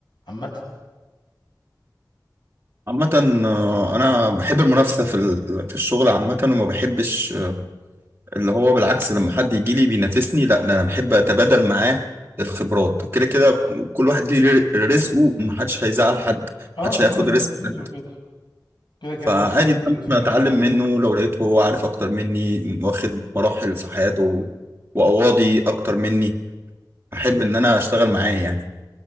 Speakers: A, on the left; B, on the right.
A: عامة
B: عامة آه، أنا بحب المنافسة في ال- في الشغل عامة وما بحبش آه، اللي هو بالعكس لما حد يجي لي بينافسني لا ده أنا بحب أتبادل معاه الخبرات كده كده كل واحد ليه ر- رزقه ومحدش هيزعل حد
A: اه
B: محدش
A: كل
B: هياخد
A: واحد
B: رزق
A: ليه
B: حد
A: جزء كده كده كده
B: فعادي
A: كل واحد
B: إن
A: ليه ميزه
B: أنا
A: في
B: أتعلم
A: الحلقه
B: منه لو لقيته هو عارف أكتر مني واخد مراحل في حياته وأواضي أكتر مني أحب إن أنا أشتغل معاه يعني